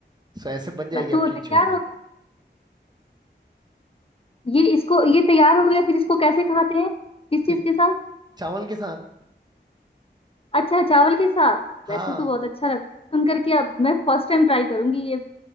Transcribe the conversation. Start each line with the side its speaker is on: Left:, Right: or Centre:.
Right: सो ऐसे बन
Left: हैं
Right: जाएगी
Left: बस तो
Right: आपकी झोली
Left: तैयार हो गया ये इसको ये तैयार हो गया फिर इसको कैसे खाते हैं किस
Right: फिर
Left: चीज के साथ
Right: चावल के साथ
Left: अच्छा चावल के साथ
Right: हाँ
Left: वैसे तो बहुत अच्छा लग रहा है सुन करके अब मैं फर्स्ट टाइम ट्राई करूंगी ये